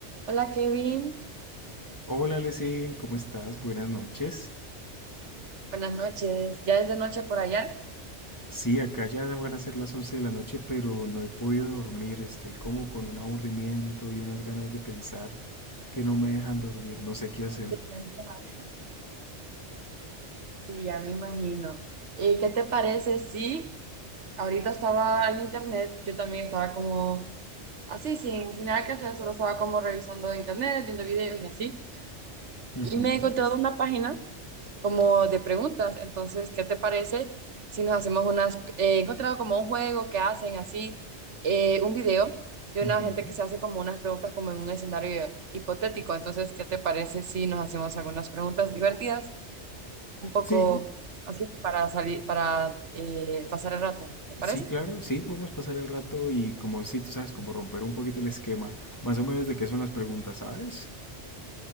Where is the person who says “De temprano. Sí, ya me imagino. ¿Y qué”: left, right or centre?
Right